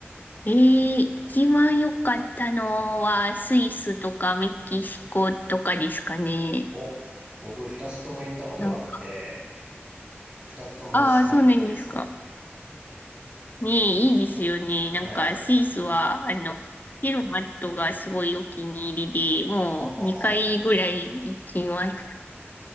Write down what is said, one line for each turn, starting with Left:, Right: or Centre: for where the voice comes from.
Left: ええ一番良かったのはスイスとかメキシコとかですかね。
Right: お、僕二つとも行ったことがあって、
Left: なんか、
Right: 二つとも好きな国です。
Left: ああ、そうなんですか。ねえ、いいですよね。
Right: はい。
Left: なんか、スイスは、あの、ヘルマットがすごいお気に入りで、もう2回ぐらい行きました
Right: ほはほは。